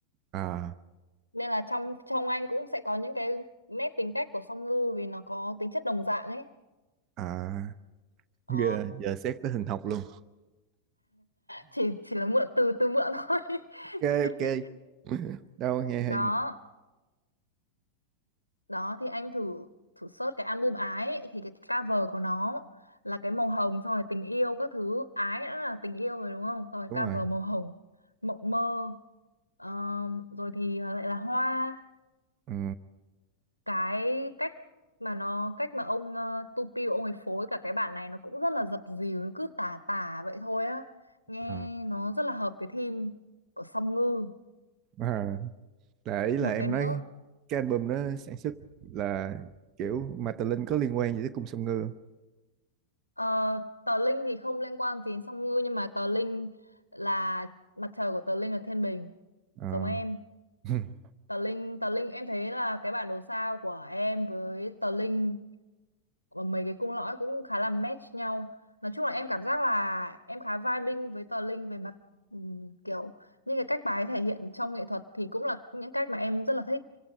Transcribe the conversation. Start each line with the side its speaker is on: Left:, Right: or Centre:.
Right: à
Left: nên là trong trong anh cũng sẽ có những cái nét tính cách của song ngư vì nó có tính chất đồng dạng ấy
Right: à
Left: ờ,
Right: giờ giờ xét tới hình học luôn
Left: chỉ chỉ là mượn từ từ mượn thôi
Right: ok
Left: <laughs>
Right: ok <laughs> đâu nghe hay
Left: đó
Right: mà.
Left: đó thì anh thử thử search cái album ái ấy, thì cái cover của nó là cái màu hồng xong rồi tình yêu các thứ ái đã là tình yêu rồi đúng không xong rồi
Right: đúng
Left: cover
Right: rồi
Left: màu hồng mộng mơ ờ, rồi thì lại là hoa
Right: ừ.
Left: cái cách mà nó cách mà ông uh, Tupi ông ấy phối cả cái bản này nó cũng rất là dập dìu nó cứ tả tả vậy thôi á nghe
Right: Ờ.
Left: nó rất là hợp cái theme của Song Ngư
Right: à, là ý là
Left: một
Right: em
Left: cái nữa
Right: nói cái album đó sản xuất là kiểu mà Tà Linh có liên quan gì tới cung Song Ngư không?
Left: ờ, tờ Linh thì không liên quan gì đến Song Ngư nhưng mà tờ Linh là mặt trời của tờ Linh là thiên bình
Right: Ờ.
Left: giống em
Right: <laughs>
Left: tờ Linh tờ Linh em thấy là cái bản đồ sao của em với tờ Linh và mấy cái cung lõi cũng khá là match nhau nói chung là em cảm giác là em khá vibing với tờ Linh về mặt ừm, kiểu những cái cách bà ấy thể hiện trong nghệ thuật thì cũng là những cách mà em rất là thích